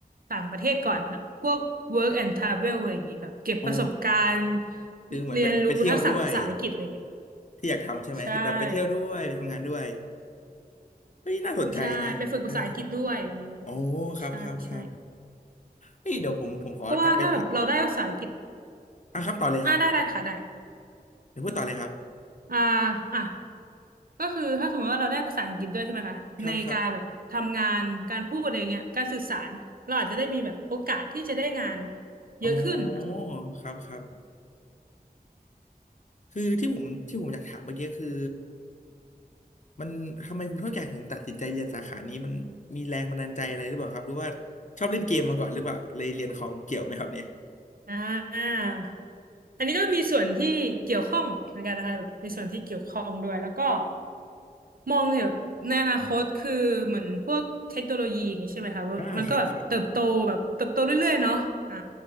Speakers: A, on the right (about 65°); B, on the left (about 50°).
A: ต่างประเทศก่อนแบบพวก work and travel อะไรอย่างงี้แบบเก็บประสบการณ์
B: อ๋อคือเหมือนไปไปเที่ยวด้วย
A: เรียนรู้ทักษะภาษาอังกฤษอะไรอย่างเงี้ย
B: ที่อยากทำใช่ไหมที่แบบไปเที่ยวด้วยไปทำงานด้วย
A: ใช่
B: เฮ้ยน่าสนใจนะเออ
A: ใช่ไปฝึกภาษาอังกฤษด้วยอะไรอย่างงี้
B: อ๋อครับครับครับ
A: ใช่ใช่
B: เฮ้ยเดี๋ยวผมผมขอกลับไปทะ
A: เพราะว่าถ้าแบบเราได้ภาษาอังกฤษ
B: อ่ะครับต่อเลยครับ
A: อ่าได้ได้ค่ะได้
B: เดี๋ยวพูดต่อเลยครับ
A: อ่าอ่ะก็คือถ้าสมมติว่าเราได้ภาษาอังกฤษด้วยใช่ไหมคะในการแบบทำงานการพูดอะไรเงี้ยการสื่อสารเราอาจจะได้มีแบบโอกาสที่จะได้งาน
B: ครับครับ
A: เยอะขึ้นอ่ะ
B: อ๋อครับครับคือที่ผมที่ผมอยากถามเมื่อกี้คือมันทำไมคุณเท่าแก่ถึงตัดสินใจเรียนสาขานี้มันมีแรงบันดาลใจอะไรหรือเปล่าครับหรือว่าชอบเล่นเกมมาก่อนหรือเปล่าเลยเรียนคอมเกี่ยวไหมครับเนี่ย
A: อ่าอันนี้ก็มีส่วนที่เกี่ยวข้องเหมือนกันนะคะแบบมีส่วนที่เกี่ยวข้องด้วยแล้วก็มองเห็นแบบในอนาคตคือเหมือนพวกเทคโนโลยีอย่างนี้ใช่ไหมคะว่ามันก็แบบเติบโตแบบเติบโตเรื่อยๆเนาะอ่า
B: อ่าครับครับ